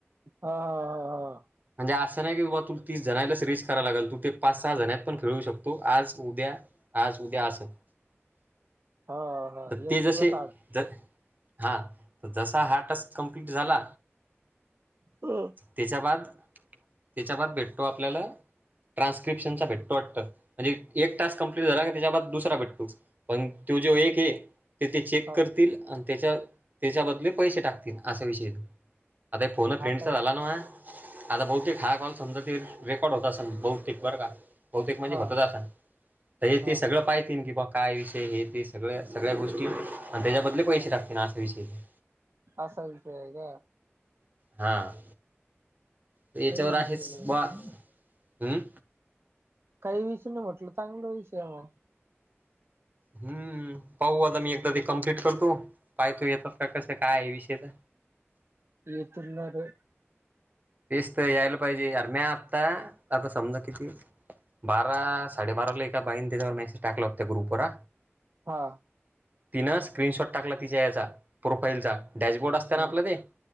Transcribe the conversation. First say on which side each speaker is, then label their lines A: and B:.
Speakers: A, on the right (about 60°); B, on the right (about 40°).
A: हा हा हा हा
B: म्हणजे असं नाही की बाबा तू तीस जणला सि ररीज कराय लागल तू ते पाच सहा जणत पण खेळू शकतो आज उद्या आज उद्या अस तर
A: हा हा
B: ते
A: एक
B: जसे
A: दिवस आड
B: द हा तर जसा हा टास्क कम्प्लीट झाला
A: हम
B: त्याच्या बाद त्याच्या बाद भेटतो आपल्याला ट्रान्सक्रीपश्चन चा भेटतो वाटत म्हणजे एक टास्क कंप्लीट तो झाला की त्याच्या बाद दुसरा भेटतो पण त्यो जे
A: हा
B: एक हे ते चेक
A: हा
B: करतील त्याच्या त्याच्या बदले पैसे टाकतील असा विषयेत आता फोन फ्रेंडचा
A: आता
B: झाला ना आता भाऊ क हा कॉल समजा रेकॉर्ड होत असन बहुतेक बरं का बहुतेक म्हणजे
A: हा
B: होतच असन हे
A: हा
B: ते सगळं पाहतील की बा काय विषय हे ते सगळ्या सगळ्या गोष्टी आणि त्याच्याबद्दल लै पैशे
A: हा
B: टाकतील असा विषय आहे
A: असा विषय हाय का
B: हा याच्यावर
A: काही विषय
B: आहेच
A: नाही
B: ब हम्
A: काही विषय नाही म्हटलं चांगलं विषय मग
B: हम्म पाहुं आत मी एकदा ती कंप्लीट करतो पाहतू येतात का कस काय विषय तर
A: <inaudible>
B: तेच तर यायला पाहिजे यार नाई आता आता समजा, किती? बारा साडेबाराला एका बाईण त्याच्यावर मेसेज टाकला हो त्या ग्रुप वर
A: हा
B: तिनं स्क्रीनशॉट टाकला तिच्या याचा प्रोफाईलचा डॅशबोर्ड असत
A: हा
B: ना आपलं ते